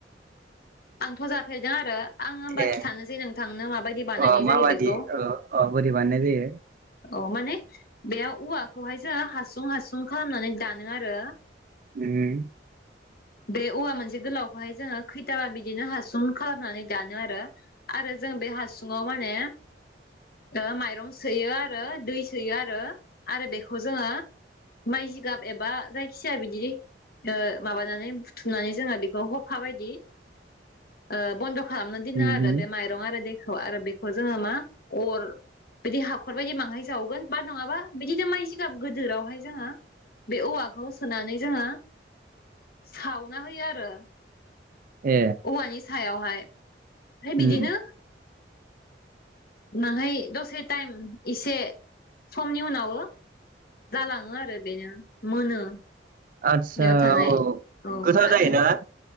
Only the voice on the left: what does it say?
आंथ' जाफेरदों आरो आं होमबा
खिथानोसै नोंथांनो माबायदि बानायनाय
जायो बेखौ। औ
माने बेयाव औवाखौहाय जोंङ हासुं हासुं खालामनानै दानो आरो
बे औवा मोनसे गोलाव बेहाय जोंङो खैथाबा बिदिनो हासुम खालामनानै दानो आरो-आरो जों बे हासुुंङाव माने <inaudible> ओ माइरं सोयो आरो दै सोयो आरो आरो बेखौ जोङो माइ जिगाब एबा जायखिाया बिदि ओ माबानानै बुथुमनानै जोंहा बेखौ ह हा बायदि ओ बन्द' खालामना दोनो नांङा
आरो बे माइरं आरो दै आरो बेखौ जोङो मा अर बिदि हाखर बायदि बाहाय जावगोन बा नङाबा बिदिनो माइ जिगाब गोदोरावहाय जोङो बे औवाखौ सोनानै जोंङो सावना होयो आरो
औवानि सायावहाय है बिदिनो
नाहाय दसे टाइम इसे समनि उनाव जालाङो आरो बेनो मोनो
बेयाव थानाय
औ
आरो